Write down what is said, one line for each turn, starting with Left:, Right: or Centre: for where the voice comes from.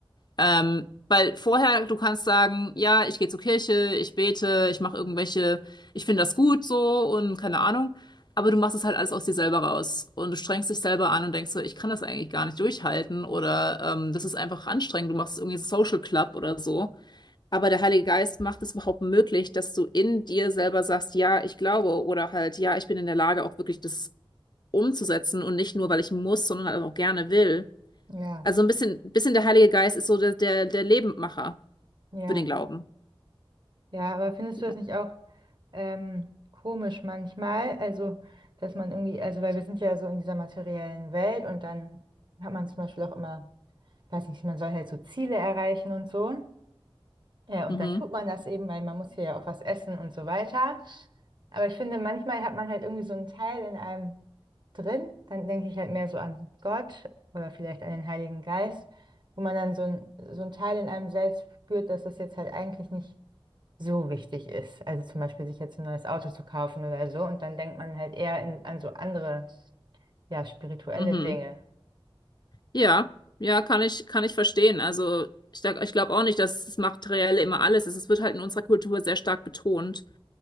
Left: Ähm, weil vorher, du kannst sagen, ja, ich gehe zur Kirche, ich bete, ich mache irgendwelche, ich finde das gut so und keine Ahnung. Aber du machst es halt alles aus dir selber raus. Und du strengst dich selber an und denkst so, ich kann das eigentlich gar nicht durchhalten oder ähm, das ist einfach anstrengend. Du machst irgendwie so Social Club oder so. Aber der Heilige Geist macht es überhaupt möglich, dass du in dir selber sagst, ja, ich glaube oder halt, ja, ich bin in der Lage, auch wirklich das umzusetzen und nicht nur, weil ich muss, sondern halt auch gerne will.
Right: Ja,
Left: Also ein bisschen, bisschen der Heilige Geist ist so der, der, der Lebendmacher
Right: ja.
Left: für den Glauben.
Right: Ja, aber findest
Left: Ja.
Right: du das nicht auch ähm, komisch manchmal? Also, dass man irgendwie, also weil wir sind ja so in dieser materiellen Welt und dann hat man zum Beispiel auch immer, weiß nicht, man soll halt so Ziele erreichen und so. Ja, und
Left: Mhm.
Right: dann tut man das eben, weil man muss hier ja auch was essen und so weiter. Aber ich finde, manchmal hat man halt irgendwie so einen Teil in einem drin. Dann denke ich halt mehr so an Gott oder vielleicht an den Heiligen Geist, wo man dann so ein, so ein Teil in einem selbst spürt, dass das jetzt halt eigentlich nicht so wichtig ist. Also zum Beispiel sich jetzt ein neues Auto zu kaufen oder so. Und dann denkt man halt eher in, an so andere, ja, spirituelle
Left: Mhm.
Right: Dinge.
Left: Ja, ja, kann ich, kann ich verstehen. Also ich, sag- ich glaube auch nicht, dass das Materielle immer alles ist. Es wird halt in unserer Kultur sehr stark betont.